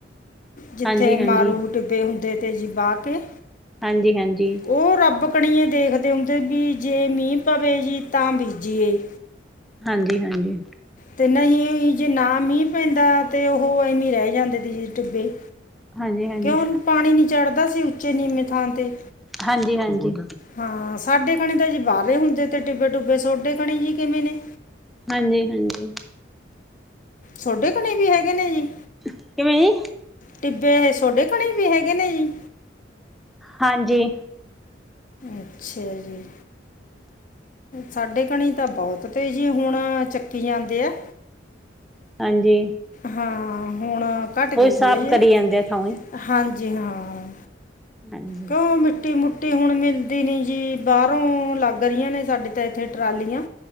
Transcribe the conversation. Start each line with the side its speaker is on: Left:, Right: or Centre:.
Left: ਜਿੱਥੇ
Centre: ਹਾਂਜੀ-ਹਾਂਜੀ,
Left: ਮਾਰੂ ਡਿੱਬੇ ਹੁੰਦੇ ਤੇ ਬਾਹ ਕੇ
Centre: ਹਾਂਜੀ-ਹਾਂਜੀ,
Left: ਉਹ ਰੱਬ ਕਣੀਏ ਦੇਖਦੇ ਹੁੰਦੇ ਵੀ ਜੇ ਮੀਂਹ ਪਵੇ ਜੀ ਤਾਂ ਬੀਜੀਏ।
Centre: ਹਾਂਜੀ ਹਾਂਜੀ
Left: ਤੇ ਨਹੀਂ ਜੇ ਨਾ ਮੀਂਹ ਪੈਂਦਾ ਤੇ ਉਹ ਐਮੀਂ ਰਹਿ ਜਾਂਦੇ ਤੇ ਡਿੱਬੇ
Centre: ਹਾਂਜੀ-ਹਾਂਜੀ।
Left: ਕਿਉ ਹੁਣ ਪਾਣੀ ਨੀ ਚੜ੍ਹਦਾ ਸੀ। ਉੱਚੇ ਨੀਮੇ ਥਾਂ ਤੇ
Centre: ਹਾਂਜੀ ਹਾਂਜੀ
Left: ਹਾਂ ਸਾਡੇ ਖਣੇ ਤਾਂ ਜੀ ਬਾਹਰੇ ਹੁੰਦੇ ਅਤੇ ਡਿੱਬੇ ਡੁੱਬੇ ਤੁਹਾਡੇ ਖਣੀ ਜੀ ਕਿਵੇਂ ਨੇ
Centre: ਹਾਂਜੀ ਹਾਂਜੀ
Left: ਤੁਹਾਡੇ ਘਣੇ ਵੀ ਹੈਗੇ ਨੇ ਜੀ
Centre: ਕਿਵੇਂ ਜੀ?
Left: ਟਿੱਬੇ ਇਹ ਸੋਡੇ ਘਣੇ ਵੀ ਹੈਗੇ ਹੈਗੇ ਨੇ ਜੀ
Centre: ਹਾਂਜੀ
Left: ਅੱਛਾ ਜੀ ਸਾਡੇ ਘਣੀ ਤਾਂ ਬਹੁਤ ਤੇ ਜੀ ਹੁਣ ਚੱਕੀ ਜਾਂਦੇ ਆ।
Centre: ਹਾਂਜੀ।
Left: ਹਾਂ ਹੁਣ ਘੱਟ ਗਏ ਥੋੜੇ
Centre: ਸਾਫ਼
Left: ਜਿਹੇ।
Centre: ਕਰੀ ਜਾਂਦੇ ਆ ਥਾਂਈ।
Left: ਹਾਂਜੀ ਹਾਂ
Centre: ਹਾਂਜੀ,
Left: ਕਿਉ ਮਿੱਟੀ ਮੁੱਟੀ। ਹੁਣ ਮਿਲਦੀ ਨੀ ਜੀ ਬਾਹਰੋਂ ਲੱਗ ਰਹੀਆਂ ਨੇ ਸਾਡੇ ਤਾਂ ਇੱਥੇ ਟਰਾਲੀਆਂ।